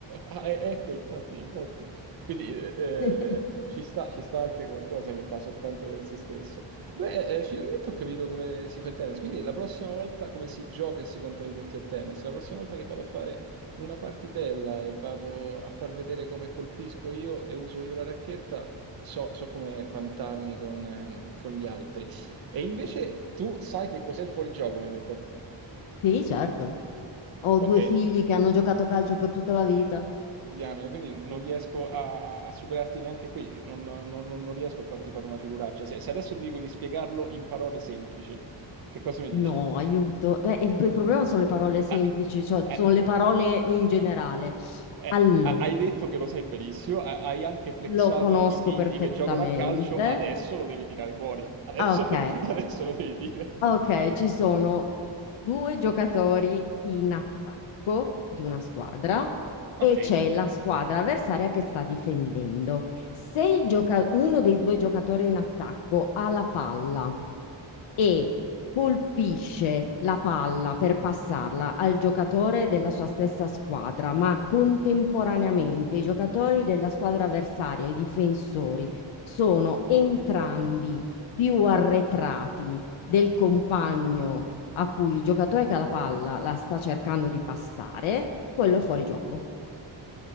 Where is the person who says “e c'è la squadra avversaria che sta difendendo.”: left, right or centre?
Left